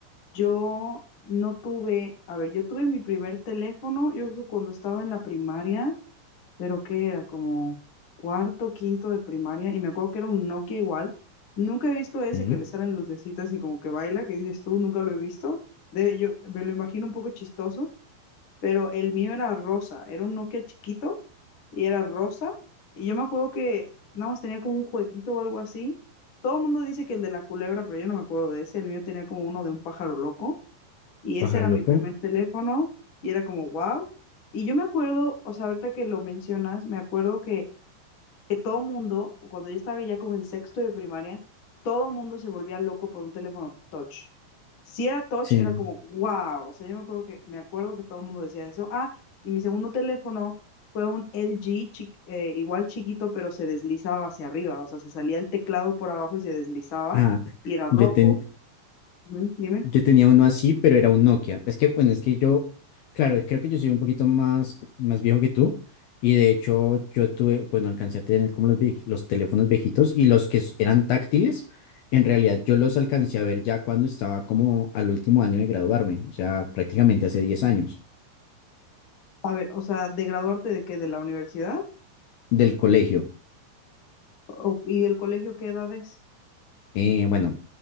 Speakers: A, on the left; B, on the left.
A: yo no tuve, a ver, yo tuve mi primer teléfono, yo creo que cuando estaba en la primaria. pero que era como cuarto, quinto de primaria, y me acuerdo que era un Nokia igual. Nunca he visto ese
B: Sí,
A: que le salen lucecitas y como que baila, que dices tú, nunca lo he visto. de yo me lo imagino un poco chistoso, pero el mío era rosa, era un Nokia chiquito y era rosa. Y yo me acuerdo que nada más tenía como un jueguito o algo así. Todo el mundo dice que el de la culebra, pero yo no me acuerdo de ese. El mío tenía como uno de un pájaro loco. Y
B: pájaro
A: ese era
B: loco.
A: mi primer teléfono y era como, wow. Y yo me acuerdo, o sea, ahorita que lo mencionas, me acuerdo que, que todo mundo, cuando yo estaba ya como en sexto de primaria, todo mundo se volvía loco por un teléfono touch. Si era touch,
B: Sí.
A: era como, wow. O sea, yo me acuerdo que, me acuerdo que todo el mundo decía eso. Ah, y mi segundo teléfono fue un LG, chi- eh, igual chiquito, pero se deslizaba hacia arriba. O sea, se salía el teclado por abajo y se deslizaba
B: Ah,
A: y era rojo.
B: yo, ten-
A: Ujú, dime.
B: yo tenía uno así, pero era un Nokia. Es que, bueno, es que yo, claro, creo que yo soy un poquito más, más viejo que tú. Y de hecho, yo tuve, bueno, alcancé a tener como los, vie- los teléfonos viejitos y los que s- eran táctiles, en realidad yo los alcancé a ver ya cuando estaba como al último año de graduarme, o sea, prácticamente hace 10 años
A: A ver, o sea, ¿de graduarte de qué? ¿De la universidad?
B: del colegio.
A: O- ¿y el colegio qué edad es?
B: Eh, bueno,